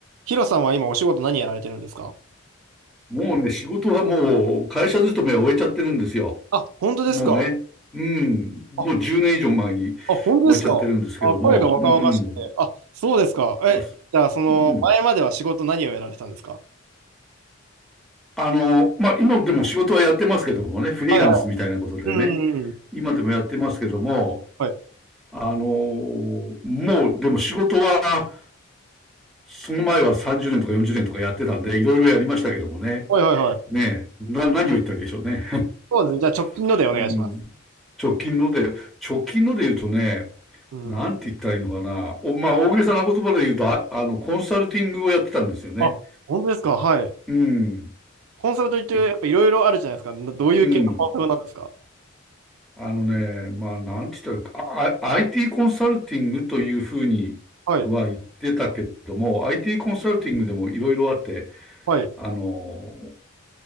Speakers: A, on the right; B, in the centre.
A: ヒロさんは今お仕事何やられてるんですか
B: もうね、仕事はもう会社勤めは終えちゃってるんですよ。
A: あ、本当ですか
B: もうね。うん。もう10年以上前に終えちゃってるんですけども。
A: あ、あ、本当ですかあ、声が若々しくて。
B: うん。
A: あ、そうですか。え、
B: あ、す
A: じゃあその前までは仕事何をやられてたんですか
B: うん。あの、まあ、今でも仕事はやってますけどもね、フリーランスみたいなことでね、
A: はいはい。うんうんうん。
B: 今でもやってますけども、
A: はい。
B: あの、もうでも仕事は、その前は30年とか40年とかやってたんで、いろいろやりましたけどもね。
A: はいはいはい。
B: ねえ、な、何を言ったらいいでしょうね。
A: そうですね。じゃあ直近のでお願いします。
B: <laughs> うん。直近ので、直近ので言うとね、
A: うん。
B: なんて言ったらいいのかな。おまあ、大げさな言葉で言うと、あ、あの、コンサルティングをやってたんですよね。
A: あ、本当ですかはい。
B: うん。
A: コンサルといってやっぱいろいろあるじゃないですか。
B: で
A: などういう系のコンサルなんですか
B: うん。あのね、まあ、なんて言ったらあ、IT コンサルティングというふうには言ってたけども、
A: はい。
B: IT コンサルティングでもいろいろあって、
A: はい。
B: あの、